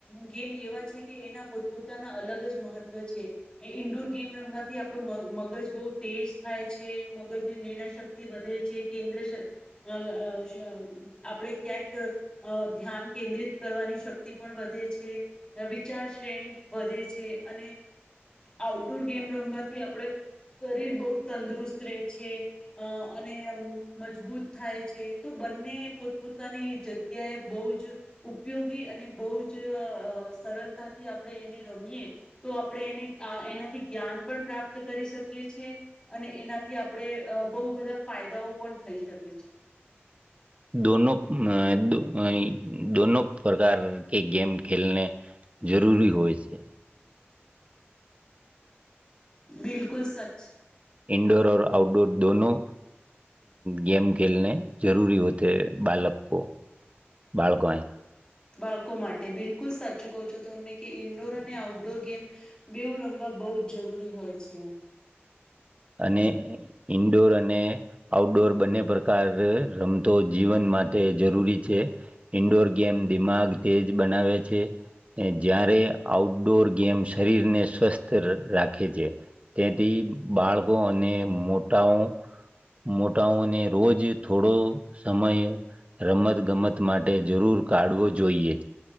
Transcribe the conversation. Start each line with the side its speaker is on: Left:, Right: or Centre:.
Left: ગેમ એવા છે કે એના પોતપોતાના અલગ જ મહત્વ છે. એ ઈન્ડુર ગેમ રમવા થી આપણું મગ મગજ બહુ તેજ થાય છે, મગજની નિર્ણય શક્તિ વધે છે, કેન્દ્ર શ અહ અહ સમ આપણે ક્યાંક ધ્યાન કેન્દ્રિત કરવાની શક્તિ પણ વધે છે, વિચાર શ્રેણી વધે છે, અને આઉટડુર ગેમ રમવા થી આપણે શરીર બહુ તંદુરુસ્ત રહે છે, અને મજબૂત થાય છે તો બંને પોતપોતાની જગ્યાએ બહુ જ ઉપયોગી અને બહુ જ અહ સરળતાથી આ આપણે એને રમીએ, તો આપણે એને અહ એનાથી જ્ઞાન પણ પ્રાપ્ત કરી શકે છે. એ છે અને એનાથી આપણે બહુ બધા ફાયદાઓ પણ થઈ શકે. કે છે
Right: દોનો અહ દો અહી દોનો પ્રકાર કે ગેમ ખેલને જરૂરી હોય છે.
Left: બિલકુલ સચ.
Right: ઇન્ડોર ઓર આઉટડોર દોનો ગેમ ખેલને જરૂરી હોતે હે બાલકકો, બાળકાને.
Left: બાળકો માટે બિલ કુલ સાચું કહો છો તો તમે. કે ઇન્ડોર અને આઉટડોર ગેમ, બેઉું રમવા બહુ જ જરૂરી હોય છે.
Right: અને ઈન્ડોર અને આઉટડોર બંને પ્રકાર રમતો જીવન માટે જરૂરી છે. ઈન્ડોર ગેમ દિમાગ તેજ બનાવે છે, જ્યારે આઉટડોર ગેમ શરીરને સ્વસ્થ રાખે છે. તેથી બાળ કો અને મોટાઓ, મોટાઓને રોજ થોડો સમય રમત ગમત માટે જરૂર કાઢવો જોઈએ.